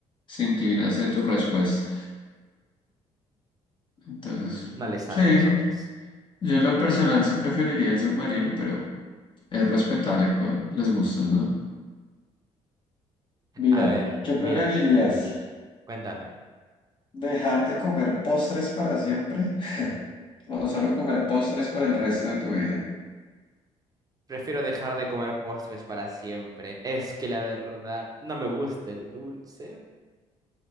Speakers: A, on the left (about 40°); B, on the right (about 30°).
A: se inclina hacia tu respuesta. Entonces,
B: No le saben
A: sí,
B: los otros.
A: yo en lo personal sí preferiría el submarino, pero es respetable pues, los gustos, ¿no? Mira,
B: A ver,
A: ¿qué
B: mira,
A: preferirías?
B: cuéntame.
A: ¿Dejar de comer postres para siempre? O solo comer postres por el resto de tu vida.
B: Prefiero dejar de comer postres para siempre. Es que la verdad no me gusta el dulce.